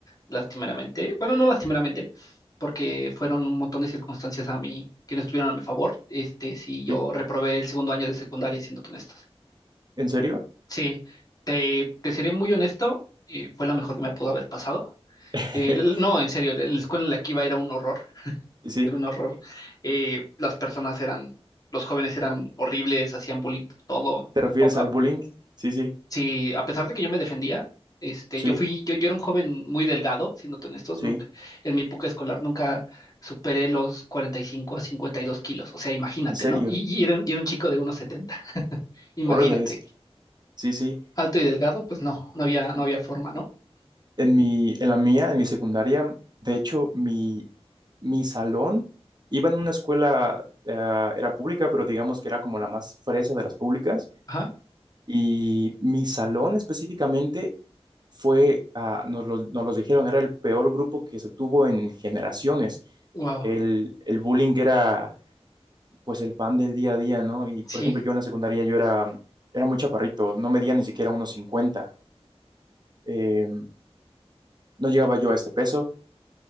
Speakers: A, on the left; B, on the right.
A: lastimeramente, bueno, no lastimeramente, porque fueron un montón de circunstancias a mí que no estuvieron a mi favor. Este, sí, yo
B: sí.
A: reprobé el segundo año de secundaria, siéndote honestos.
B: ¿En serio?
A: Sí, te, te seré muy honesto, eh, fue lo mejor que me pudo haber pasado.
B: <laughs>
A: Eh, l- no, en serio, la, la escuela en la que iba era un horror,
B: Sí, sí.
A: era un horror. Eh, las personas eran, los jóvenes eran horribles, hacían bullying por todo.
B: ¿Te refieres
A: A-
B: al
A: a-
B: bullying? Sí, sí,
A: sí, a pesar de que yo me defendía, este,
B: sí,
A: yo fui, yo, yo era un joven muy delgado, siéndote honestos,
B: sí,
A: nunca, en mi época escolar nunca superé los 45 a 52 kilos, o sea, imagínate,
B: en serio.
A: ¿no? Y, y era, un- y era un chico de 1,70, imagínate.
B: Órale, es. Sí, sí.
A: Alto y delgado, pues no, no había, no había forma, ¿no?
B: En mi, en la mía, en mi secundaria, de hecho, mi, mi salón iba en una escuela, eh, era pública, pero digamos que era como la más fresa de las públicas.
A: Ajá,
B: Y mi salón específicamente fue, ah, nos lo, nos los dijeron, era el peor grupo que se tuvo en generaciones.
A: wow,
B: El, el bullying era pues el pan del día a día, ¿no? Y por
A: sí,
B: ejemplo, yo en la secundaria yo era, era muy chaparrito, no medía ni siquiera unos 50, eh, no llegaba yo a este peso,